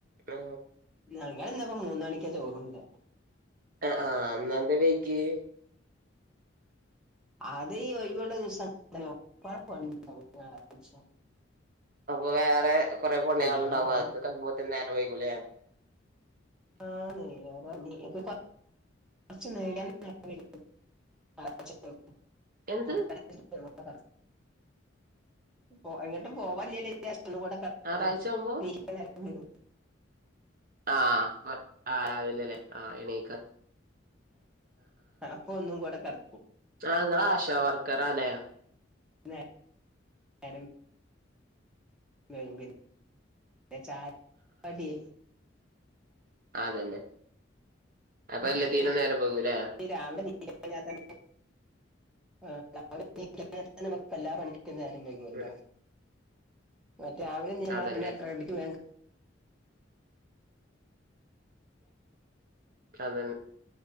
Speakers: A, on the right; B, in the centre.
A: ആ
B: ഞങ്ങള്ന്ന്പ്പം മൂന്ന് മണിക്കാ ചോറുണ്ടെ
A: ആഹ് ആഹ് ഇന്നെന്താ വൈകിയെ
B: അത് ഈ ഒഴിവ്ള്ള ദിവസ <unintelligible> ഒരുപാട് പണിണ്ടാവും ഞാറായ്ച്ച
A: അപ്പൊ വേറെ കൊറെ പണിയാള്ണ്ടാവും
B: അങ്ങനെ പണി
A: അവൊക്കെ കഴിയുമ്പോത്തിന് നേരം വൈക്കുലെ
B: ആന്നേ നേരാണ്ണി ഇന്ക്കൊര് കൊറ് കൊർച്ച് <unintelligible>
A: എന്ത്
B: <inaudible> പൊ എങ്ങട്ടും പോവാല്ല്യല്ലോ <unintelligible> ഒന്നും കൂടെ കട്ക്കും
A: ഞായറാഴ്ച ആവുമ്പോ
B: ന്നീച്ചാൻ നേരം വൈക്കും
A: ആഹ് മട് ആഹ് രാവിലല്ലെ ആഹ് എണീ
B: അപ്പൊ ഒന്നും കൂടെ കട
A: ആഹ് ഇങ്ങള് ആശാ വർക്കറാലെ
B: പിന്നെ നേരം <unintelligible> ചായ കടിയെ
A: ആഹ് അതന്നെ അപ്പൊ
B: ആഹ്
A: എല്ലാത്തിനും
B: ഇപ്പേയ്
A: നേരം വൈകൂലേ
B: ഈ രാവിലെ <unintelligible> കഴിഞ്ഞാ തന്നെ ആഹ് രാവിലെ <unintelligible> എല്ലാ പണിക്കും നേരം വൈകല്ലോ
A: ഉം
B: മറ്റെ രാവിലെ എണീറ്റമ്മളെ
A: അതന്നെ
B: പണിയൊക്കെ റെഡിക്ക് വേം
A: അതന്നെ